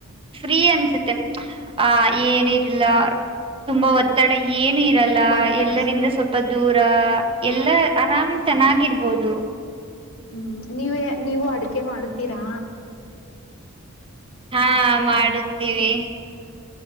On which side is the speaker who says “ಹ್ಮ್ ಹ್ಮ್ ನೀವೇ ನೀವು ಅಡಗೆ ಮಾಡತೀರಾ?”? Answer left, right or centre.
Left